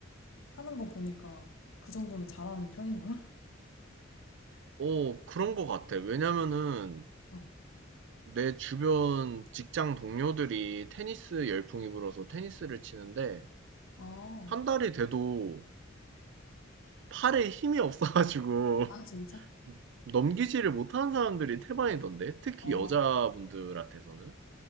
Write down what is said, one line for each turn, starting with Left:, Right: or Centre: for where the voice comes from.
Left: 하는 거 보니까 그 정도면 잘하는 편인 거야?
Right: 오, 그런 거 같아. 왜냐면은
Left: 어.
Right: 내 주변 직장 동료들이 테니스 열풍이 불어서 테니스를 치는데
Left: 아,
Right: 한 달이 돼도 팔에 힘이 없어가지고
Left: 아 진짜?
Right: <laughs> 넘기지를 못하는 사람들이 태반이던데. 특히
Left: 아.
Right: 여자분들한테서는.